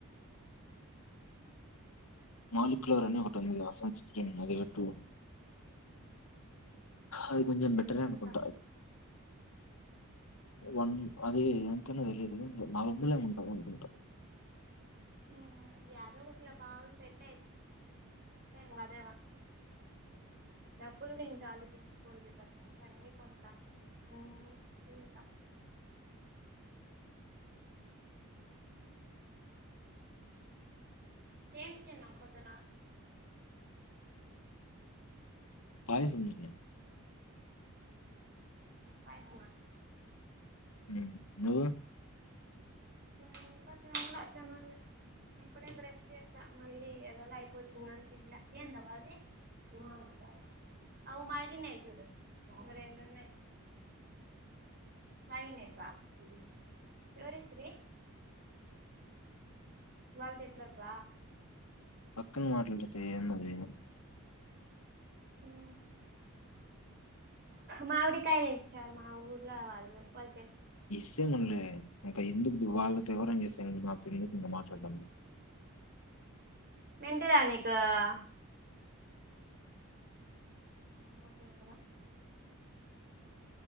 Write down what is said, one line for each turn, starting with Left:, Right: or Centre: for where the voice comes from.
Left: మాలిక్యులర్ అని ఒకటి ఉంది సన్స్క్రీన్ అదిగట్టు అది కొంచెం
Right: పెట్టుకుంటా
Left: బెటరే అనుకుంటా వన్ అది ఎంతైనా తెలియదు నాలుగు వందలు ఏమోఉంటాది అనుకుంటా
Right: హ యాదో గుట్లా బాగా సెట్ అయితే ఏంగా అదేవా డబ్బులు నుంచి ఆలోచించకూడదు పటి నుంచి అన్నీ కొంటా అన్నీ తింటా ఏమి తిన్నావు పొద్దున
Left: పాయసము తిన్నె
Right: పాయసమా
Left: హ్మ్ నువ్వు
Right: మేము ఇంకా తినలే, తినాలి ఇప్పుడే బ్రష్ చేస్తా మళ్ళీ ఏదోలా అయిపోతుందని తిల్లే ఏంటవా అది బోండా <unintelligible> అవు మాకిన్న అయి చూడు అందరెన్నున్నాయి మైనేపా <unintelligible> ోరిచ్చి వాళ చెట్లోటివ
Left: పక్కన్ మాటలాతే ఎన్నది <unintelligible>
Right: హా మావిడి కాయ లే ఇచ్చారు మా ఊరులా వాళ్ళు వాళ్
Left: ఇస్సేమనులే ఇంకా ఎందుకు వాళ్ళతో యవ్వారం చేసే నాకు ఎందుకు ఇంక మాట్లాడడం
Right: మంటరా నకు <unintelligible> వంద మ <unintelligible>